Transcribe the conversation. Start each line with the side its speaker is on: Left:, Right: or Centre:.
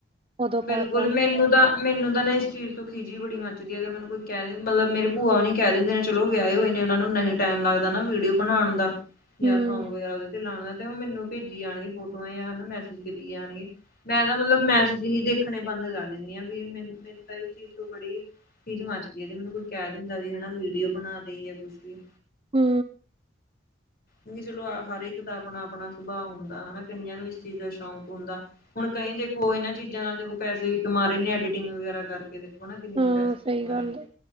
Right: ਉਦੋਂ
Left: ਬਿਲਕੁਲ
Right: ਪਾਤਾ
Left: ਮੈਨੂੰ ਤਾਂ ਮੈਨੂੰ ਤਾਂ ਨਾ ਇਸ ਚੀਜ਼ ਤੋਂ ਖਿਝੀ ਬੜੀ ਮੱਚਦੀ ਹੈ, ਅਗਰ ਮੈਨੂੰ ਕੋਈ ਕਹਿ ਮਤਲਬ ਮੇਰੇ ਭੂਆ ਉਹ ਨੀ ਕਹਿ ਦਿੰਦੇ ਨੇ ਚਲੋ ਵਿਆਹੇ ਹੋਏ ਨੇ ਉਹ ਨੂੰ ਨਹੀਂ ਟਾਈਮ ਲੱਗਦਾ ਨਾ ਵੀਡੀਓ ਬਣਾਉਣ ਦਾ। ਜਾਂ
Right: ਹੂੰ
Left: ਸੌਗ ਵਗੈਰਾ ਉਹਦੇ ਤੇ ਲਾਉਣ ਦਾ, ਤੇ ਉਹ ਮੈਨੂੰ ਭੇਜੀ ਜਾਣਗੇ ਫੋਟੋਆਂ ਜਾਂ ਮੈਸੇਜ ਕਰੀ ਜਾਣਗੇ। ਮੈਂ ਤਾਂ ਮਤਲਬ ਮੈਂਸਜ ਹੀ ਦੇਖਣੇ ਬੰਦ ਕਰ ਦਿੰਦੀ ਹਾਂ ਵੀ ਮੈਨੂੰ ਮੈਨੂੰ ਤਾਂ ਇਸ ਚੀਜ਼ ਤੋਂ ਬੜੀ ਖਿਜ਼ ਮਚਦੀ ਜੀ ਮੈਨੂੰ ਕੋਈ ਕਹਿ ਦਿੰਦਾ ਵੀ ਹਨਾ ਵੀਡੀਓ ਬਣਾ ਦੇਈ ਆ ਕੁਛ ਵੀ
Right: ਹੂ
Left: ਨਹੀਂ ਚਲੋ ਹਰ ਇੱਕ ਦਾ ਆਪਣਾ ਆਪਣਾ ਸੁਭਾਅ ਹੁੰਦਾ, ਹੈਨਾ ਕਈਆਂ ਨੂੰ ਇਸ ਚੀਜ਼ ਦਾ ਸ਼ੌਕ ਹੁੰਦਾ। ਹੁਣ ਕਈ ਦੇਖੋ ਇਹਨਾਂ ਚੀਜ਼ਾਂ ਨਾਲ ਦੇਖੋ ਪੈਸੇ ਵੀ ਕਮਾ ਰਹੇ ਨੇ, ਐਡੀਟਿੰਗ ਵਗੈਰਾ ਕਰਕੇ ਦੇਖੋ ਨਾ ਕਿੰਨੇ
Right: ਹਾਂ
Left: ਪੈਸੇ ਕਮਾ
Right: ਸਹੀ ਗੱਲ
Left: ਰਹੇ।